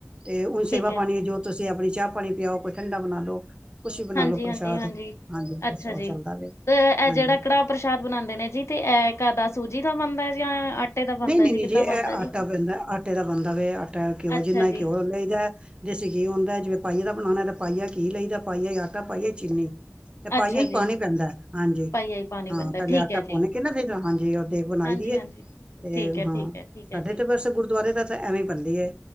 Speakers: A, on the right; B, on the left.
A: ਤੇ ਹੁਣ
B: ਠੀਕ
A: ਸੇਵਾ
B: ਹੈ ਜੀ,
A: ਪਾਣੀ। ਜੋ ਤੁਸੀਂ ਆਪਣੀ ਚਾਹ ਪਾਣੀ ਪਿਆਓ। ਕੋਈ ਠੰਢਾ ਬਣਾ ਲਓ। ਤੁਸੀਂ ਬਣਾਲੋ
B: ਹਾਂਜੀ, ਹਾਂਜੀ,
A: ਪ੍ਰਸ਼ਾਦ
B: ਹਾਂਜੀ।
A: ਹਾਂਜੀ।
B: ਅੱਛਾ
A: ਪਰਸੋ
B: ਜੀ।
A: ਚੱਲਦਾ ਵਾਂ
B: ਤੇ ਇਹ
A: ਹਾਂਜੀ।
B: ਜਿਹੜਾ ਕੜਾਹ ਪ੍ਰਸ਼ਾਦ ਬਣਾਉਂਦੇ ਨੇ ਜੀ। ਤੇ ਇਹ ਕਦਾ ਸੂਜੀ ਦਾ ਬਣਦਾ ਜਾਂ। ਆਟੇ ਦਾ ਬਣਦਾ
A: ਨਹੀਂ ਨਹੀਂ
B: ਜੀ
A: ਨਹੀਂ।
B: ਕਿੱਦਾਂ
A: ਜੇ ਇਹ
B: ਬਣਦਾ ਜੀ?
A: ਆਟਾ ਪੈਂਦਾ ਆਟੇ ਦਾ ਬੰਨਦਾ ਵੀ ਆਟਾ ਘਿਓ
B: ਅੱਛਾ
A: ਜਿੰਨਾ
B: ਜੀ,
A: ਘਿਓ ਲ ਜਾਂ। ਦੇਸੀ ਘੀ ਹੁੰਦਾ। ਜੇ ਪਾਈਏ ਦਾ ਬਣਾਉਣਾ ਤਾਂ ਪਾਈ ਘੀ ਲਈ ਦਾ ਪਾਈਆ ਆਟਾ ਤੇ ਪਾਈਆ ਚੀਨੀ। ਤੇ ਪਾਈਆ
B: ਅੱਛਾ
A: ਹੀ
B: ਜੀ,
A: ਪਾਣੀ ਪੈਂਦਾ ਹਾਂਜੀ।
B: ਪਾਈਆ ਹੀ ਪਾਣੀ
A: ਹਾਂ
B: ਪੈਂਦਾ
A: ਪਹਿਲੇ
B: ਠੀਕ
A: ਆਟਾ
B: ਹੈ ਜੀ।
A: ਪਾਉਣ ਕੇ ਕਹਿੰਦੇ ਫ਼ੇਰ ਹਾਂਜੀ ਓਦੇ ਬਣਾਈ
B: ਹਾਂਜੀ-ਹਾਂਜੀ,
A: ਦੀਈਏ। ਤੇ
B: ਠੀਕ ਐ, ਠੀਕ
A: ਹਾਂ।
B: ਐ, ਠੀਕ
A: ਸਾਡੇ
B: ਐ ਜੀ,
A: ਤੇ ਬਸ ਗੁਰਦੁਆਰੇ ਦਾ ਤਾਂ ਐਵੇਂ ਹੀ ਬਣਦੀ ਹੈ।